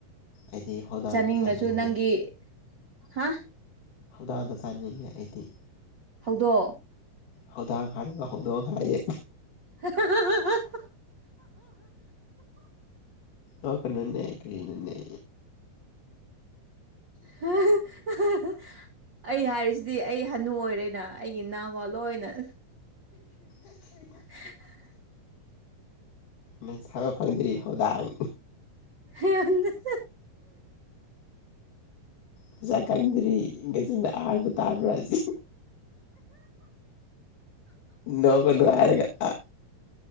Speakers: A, on the left; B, on the right.
A: ꯑꯩꯗꯤ ꯍꯧꯧꯗꯥꯡꯗ
B: ꯆꯥꯅꯤꯡꯅꯁꯨ
A: ꯆꯥꯅꯤꯡꯗꯦ
B: ꯅꯪꯒꯤ ꯍꯥ
A: ꯊꯧꯗꯥꯡꯗ ꯆꯥꯅꯤꯡꯉꯦ ꯑꯩꯗꯤ
B: ꯍꯧꯗꯣ
A: ꯊꯧꯗꯥꯡ ꯍꯥꯏꯔꯒ ꯍꯧꯗꯣꯡ ꯍꯥꯏꯌꯦꯦ
B: ꯍꯥ ꯍꯥ ꯍꯥ
A: ꯑ ꯀꯅꯦ ꯀꯅꯅꯦ
B: ꯍ ꯑꯩ ꯍꯥꯏꯔꯤꯁꯤꯗꯤ ꯑꯩ ꯍꯅꯨ ꯑꯣꯏꯔꯦꯅ ꯑꯩꯒꯤ ꯏꯅꯥꯕ ꯂꯣꯏ ꯑꯣꯏꯅ
A: ꯑꯩꯈꯔꯤ
B: ꯎ
A: ꯃꯦꯟꯁꯥꯕ ꯐꯪꯗ꯭ꯔꯤ ꯍꯧꯗꯥꯡ
B: <inaudible>
A: ꯄꯩꯁꯥ ꯀꯪꯗ꯭ꯔꯤꯒꯖꯤꯅ ꯑꯍꯥꯟꯕ ꯇꯥꯕ꯭ꯔꯥ ꯁꯤ ꯅꯧꯕ ꯅꯨꯡꯋꯥꯔꯒ ꯑ